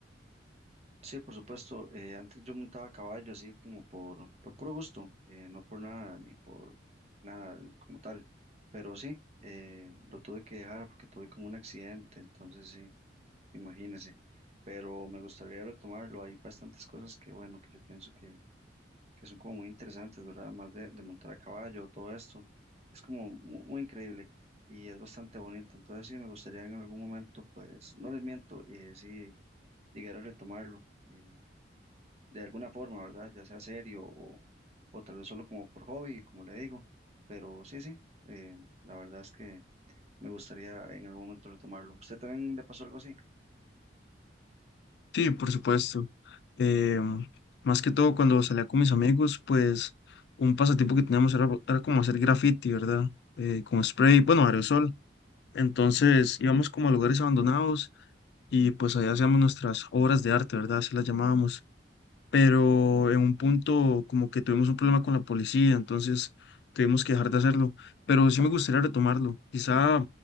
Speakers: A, on the right (about 35°); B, on the left (about 65°).
A: Sí, por supuesto. eh, antes yo montaba caballo así como por, por puro gusto, eh, no por nada ni por nada como tal. Pero sí, eh, lo tuve que dejar porque tuve como un accidente, entonces sí, imagínese. Pero me gustaría retomarlo. Hay bastantes cosas que, bueno, que yo pienso que, que son como muy interesantes, ¿verdad? Más de, de montar a caballo, todo esto. Es como mu- muy, increíble y es bastante bonito. Entonces sí, me gustaría en algún momento, pues, no les miento, eh, sí, llegar a retomarlo. eh, de alguna forma, ¿verdad? Ya sea serio o, o tal vez solo como por hobby, como le digo. Pero sí, sí, eh, la verdad es que me gustaría en algún momento retomarlo. ¿Usted también le pasó algo así?
B: Sí, por supuesto. Em, más que todo cuando salía con mis amigos, pues un pasatiempo que teníamos era, era como hacer graffiti, ¿verdad? Eh, con spray, bueno, aerosol. Entonces íbamos como a lugares abandonados y pues allá hacíamos nuestras obras de arte, ¿verdad? Así las llamábamos. Pero en un punto como que tuvimos un problema con la policía, entonces tuvimos que dejar de hacerlo. Pero sí me gustaría retomarlo, quizá